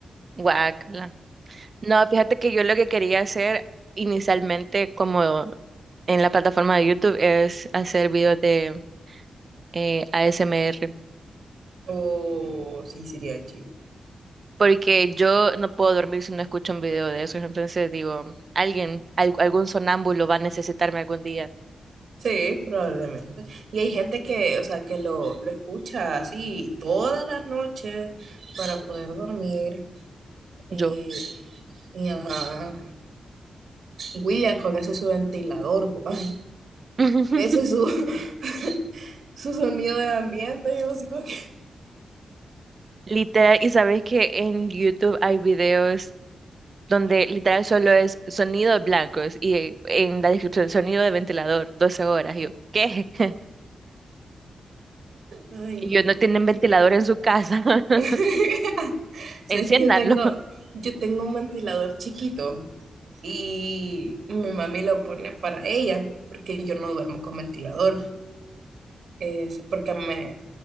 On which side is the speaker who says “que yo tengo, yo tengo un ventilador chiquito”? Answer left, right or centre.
Right